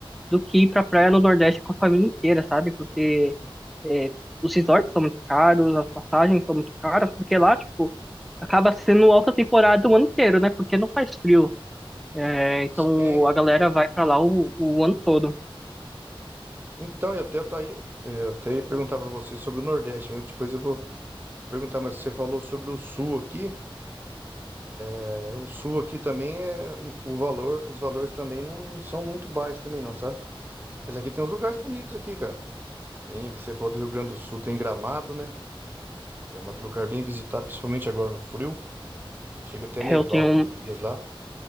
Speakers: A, in the centre; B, on the right.
A: do que ir pra praia no Nordeste com a família inteira, sabe? Porque é, os resorts são muito caros, as passagens são muito caras, porque lá, tipo, acaba sendo alta temporada o ano inteiro, né? Porque não faz frio. É, então
B: sim.
A: a galera vai pra lá o, o ano todo.
B: Então, eu até, tá aí- é, eu até ia perguntar para você sobre o Nordeste, né? Depois eu vou perguntar, mas você falou sobre o Sul aqui. É, o Sul aqui também é o valor, os valores também não são muito baixos também não, sabe? Mas aqui tem uns lugares bonitos aqui, cara. Tem, você falou do Rio Grande do Sul, tem Gramado, né? Gramado é um lugar bem visitado, principalmente agora no frio. Chega até a nevar
A: Eu tenho
B: alguns
A: um.
B: dias lá.